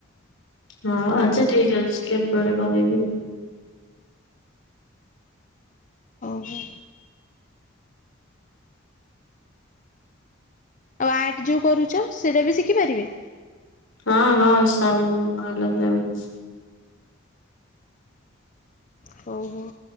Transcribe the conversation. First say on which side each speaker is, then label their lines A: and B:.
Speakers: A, on the left; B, on the left.
A: ହଁ ଆଚ୍ଛା ଠିକ୍ ଅଛି କେବେଳେ କହିବି ଆଉ।
B: ଓହୋ। ଆଉ ଆର୍ଟ ଯୋଉ କରୁଚ ସେରାବି ଶିଖିପାରିବେ?
A: ହଁ ହଁ ସବୁ ମୁଁ <unintelligible>
B: ହଉ ହଉ